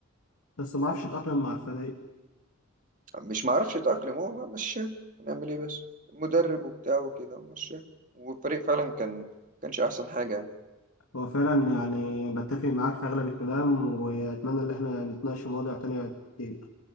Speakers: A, on the left; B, on the right.
A: بس ما عرفش يتأقلم مع الفريق
B: مش معرفش يتأقلم هو ما- مشاه نعمل ايه بس المدرب وبتاعه وكده ومشاه والفريق فعلا كان كانش احسن حاجة يعني
A: هو فعلا يعني بتفق معاك في اغلب الكلام واتمنى ان احنا نتناقش في مواضيع تانية كتير